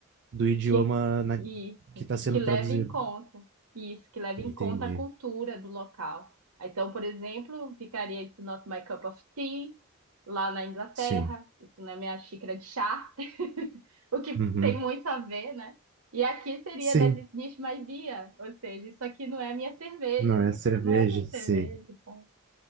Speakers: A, on the right (about 50°); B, on the right (about 80°).
A: do idioma
B: que
A: na-
B: isso,
A: que está sendo
B: que leve
A: traduzido.
B: em conta, isso, que leve
A: Entendi.
B: em conta a cultura do local. Então, por exemplo, ficaria It's not my cup of tea lá na Inglaterra,
A: Sim.
B: isso não é minha xícara de chá, <laughs> o que
A: Uhum.
B: tem muito a ver, né? E aqui seria
A: Sim,
B: das It's not my beer, ou seja, isso aqui não é minha cerveja,
A: não é
B: isso
A: cerveja,
B: não é minha
A: sim,
B: cerveja, então